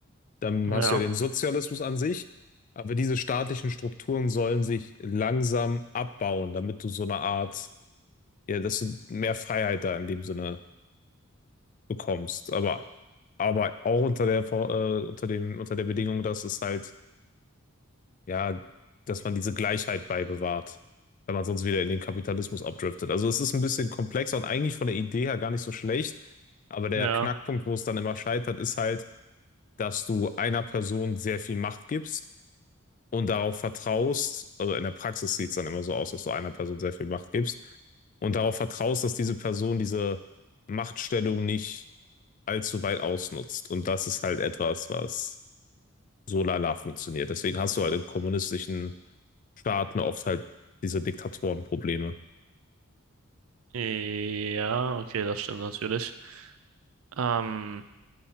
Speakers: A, on the left; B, on the right.
A: dann
B: Ja,
A: hast du ja den Sozialismus an sich, aber diese staatlichen Strukturen sollen sich langsam abbauen, damit du so eine Art, ja, dass du mehr Freiheit da in dem Sinne bekommst, aber, aber auch unter der, Vor- äh, unter dem, unter der Bedingung, dass es halt ja, dass man diese Gleichheit beibewahrt, wenn man sonst wieder in den Kapitalismus abdriftet. Also es ist ein bisschen komplexer und eigentlich von der Idee her gar nicht so schlecht. Aber der
B: ja,
A: Knackpunkt, wo es dann immer scheitert, ist halt, dass du einer Person sehr viel Macht gibst und darauf vertraust, also in der Praxis sieht es dann immer so aus, dass du einer Person sehr viel Macht gibst und darauf vertraust, dass diese Person diese Machtstellung nicht allzu weit ausnutzt. Und das ist halt etwas, was so lala funktioniert. Deswegen hast du halt in kommunistischen Staaten auf halt diese Diktatorenprobleme.
B: ja, okay, das stimmt natürlich. Ähm,